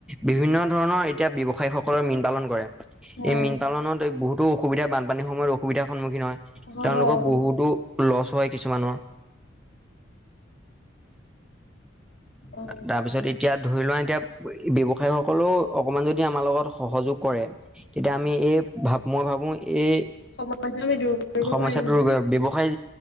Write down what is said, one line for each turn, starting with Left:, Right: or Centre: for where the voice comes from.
Centre: বিভিন্ন
Left: হয়
Centre: ধৰণৰ এতিয়া ব্যৱসায়ি স সকলোৱে মীন পালন কৰে।
Left: হয়।
Centre: এই মীন পালনত এই বহুতো সুবিধা বানপানীৰ সময়ত অসুবিধাৰ সন্মুীন হয়
Left: হয়
Centre: তেওঁলোকৰ
Left: অ',
Centre: বহুতো লছ হয় কিছুমানৰ।
Left: অ'।
Centre: তাৰ পিছত এতিয়া ধৰি লোৱা এতিয়া ব্যৱসায়ী সকলেও অকমান যদি আমাৰ লগত সহযোগ কৰে, তেতিয়া আমি এই ভাৱ মই ভাবোঁ এই
Left: সমস্যাটো আমি দূৰ কৰিব
Centre: সমস্যাটোৰ
Left: পাৰিম
Centre: ব্যৱসায়